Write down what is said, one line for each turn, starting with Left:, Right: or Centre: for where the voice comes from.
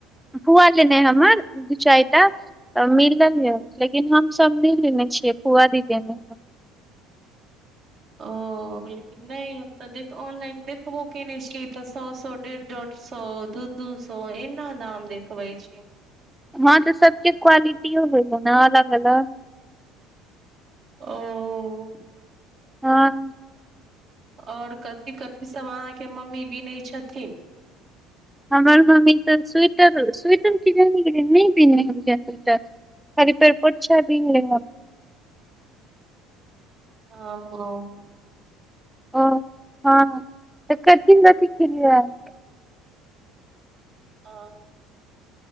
Centre: पुआ लेने हमर दू चाइटा। तऽ मिलल य लेकिन हमस नहि लेने छियै, फुआ दी देने ह।
Right: ओ। लेकिन नै, हमतऽ दे-ऑनलाइन देखबो केने छीयै, तऽ सौ- सौ डेढ़ -डाॅट सौ दू दू सो एना दाम देखबै छै।
Centre: हँ तऽ सबके क्वालिटियो भेल ह ने अलग - अलग।
Right: ओ।
Centre: हँ।
Right: ओर कथि- कथि सब अहाँके मम्मी बीनै छथिन?
Centre: हमर मम्मी तऽ स्वेटर- स्वेटर कियाने गेलयै नै बिने हय स्वेटर। खालि पेर पौछा बीन लैय हन।
Right: हाँ।
Centre: ओ हँ कथि -अथि केलयै ह।
Right: आं।